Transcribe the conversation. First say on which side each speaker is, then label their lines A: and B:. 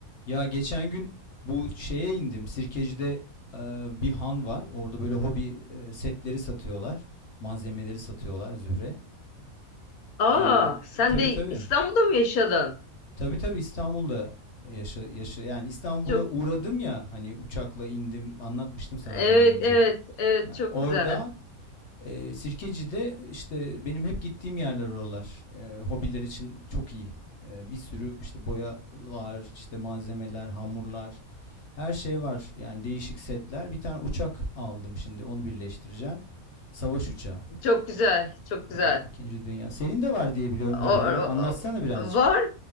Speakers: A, on the left; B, on the left.
A: Ya geçen gün bu şeye indim. Sirkeci'de e, bir han var. Orada böyle hobi e, setleri satıyorlar. Malzemeleri satıyorlar Zühre.
B: Aa,
A: E,
B: sen
A: tabii
B: de
A: tabii.
B: İstanbul'da mı yaşadın?
A: Tabii tabii İstanbul'da yaşa, yaşa yani İstanbul'a
B: Çok
A: uğradım ya hani uçakla indim anlatmıştım sana
B: evet
A: daha önce.
B: evet evet
A: Ha,
B: çok
A: Orada
B: güzel.
A: Ee, Sirkeci'de işte benim hep gittiğim yerler oralar. Ee, hobiler için çok iyi. Ee, bir sürü işte boyalar, işte malzemeler, hamurlar, her şey var. Yani değişik setler. Bir tane uçak aldım şimdi onu birleştireceğim. Savaş uçağı.
B: Çok güzel. Çok
A: Ha,
B: güzel.
A: İkinci Dünya. Senin de var diye biliyorum hobilerin.
B: O, o-
A: Anlatsana birazcık.
B: o- var.